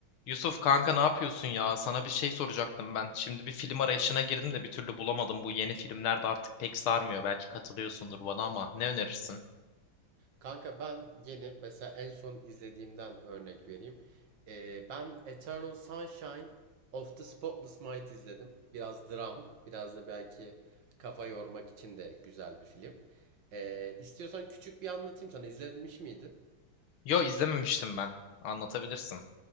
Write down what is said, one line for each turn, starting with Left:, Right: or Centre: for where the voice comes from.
Left: Yusuf kanka ne yapıyorsun ya? Sana bir şey soracaktım ben. Şimdi bir film arayışına girdim de bir türlü bulamadım. Bu yeni filmler de artık pek sarmıyor. Belki katılıyorsundur bana ama ne önerirsin?
Right: Kanka ben yeni mesela en son izlediğimden örnek vereyim. Ee, ben Eternal Sunshine of the Spotless Mind izledim. Biraz dram, biraz da belki kafa yormak için de güzel bir film. Ee, istiyorsan küçük bir anlatayım sana. İzlemiş miydin?
Left: Yo izlememiştim ben. Anlatabilirsin.